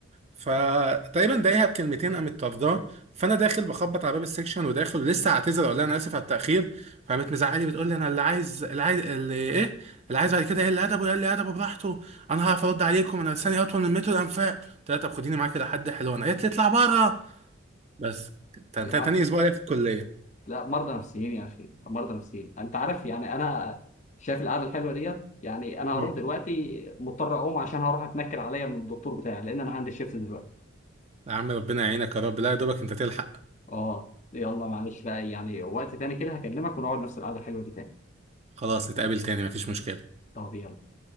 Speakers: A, on the right; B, on the left.
A: فتقريبا ضايقها بكلمتين قامت طرداه فانا داخل بخبط على باب السكشن وداخل ولسه هعتذر اقول لها انا اسف على التاخير فقامت مزعلي بتقول لي انا اللي عايز اللي عايز اللي ايه اللي عايز بعد كده ايه اللي ادبه يقول لي ادبه براحته انا هعرف ارد عليكم انا لساني اطول من متر الانفاق قلت لها طب خديني معاك كده حد حلو انا قالت لي اطلع بره بس تان-
B: يا
A: تان-
B: عم
A: تاني اسبوع ليا في الكليه
B: لا مرضى نفسيين يا اخي مرضى نفسيين انت عارف يعني انا شايف القعده الحلوه ديت يعني انا
A: مم.
B: هروح دلوقتي مضطر اقوم عشان هروح اتنكر عليا من الدكتور بتاعي لان انا عندي شيفت دلوقتي
A: يا عم ربنا يعينك يا رب لا يا دوبك انت تلحق
B: اه يلا معلش بقى يعني وقت تاني كده هكلمك ونقعد نفس القعده الحلوه دي تاني
A: خلاص نتقابل تاني مفيش مشكله
B: طب يلا